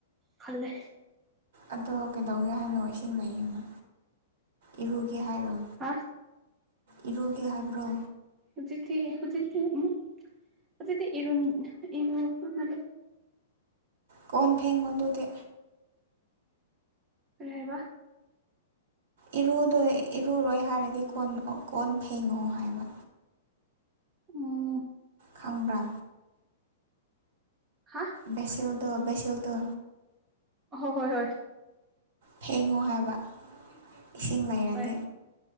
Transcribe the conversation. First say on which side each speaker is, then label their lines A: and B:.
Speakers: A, on the right; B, on the right.
A: ꯈꯜꯂꯦ
B: ꯑꯗꯣ ꯀꯩꯗꯧꯒꯦ ꯍꯥꯏꯅꯣ ꯏꯁꯤꯡ ꯂꯩꯌꯦꯅ ꯏꯔꯨꯒꯦ ꯍꯥꯏꯔꯣ
A: ꯍꯥ
B: ꯏꯔꯨꯒꯦ ꯍꯥꯏꯕ꯭ꯔꯣ
A: ꯍꯧꯖꯤꯛꯗꯤ ꯍꯧꯖꯤꯛꯗꯤ ꯎ ꯍꯧꯖꯤꯛꯗꯤ ꯏꯍꯣꯟ ꯏꯍ ꯃ
B: ꯀꯣꯟ ꯐꯦꯡꯉꯣ ꯑꯗꯨꯗꯤ
A: ꯑꯣꯏꯕ
B: ꯏꯔꯨꯗꯣꯏ ꯏꯔꯨꯔꯣꯏ ꯍꯥꯏꯔꯗꯤ ꯀꯣꯟ ꯀꯣꯟ ꯐꯦꯡꯉꯣ ꯍꯥꯏꯕ
A: ꯎꯝ
B: ꯈꯥꯡꯕ꯭ꯔꯥ
A: ꯍꯥ
B: ꯚꯦꯁꯦꯜꯗꯣ ꯚꯦꯁꯦꯜꯗꯣ
A: ꯍ ꯍꯣꯏ ꯍꯣꯏ
B: ꯐꯦꯡꯉꯣ ꯍꯥꯏꯕ ꯏꯁꯤꯡ ꯂꯩꯔꯗꯤ
A: ꯍꯣꯏ ꯍꯣꯏ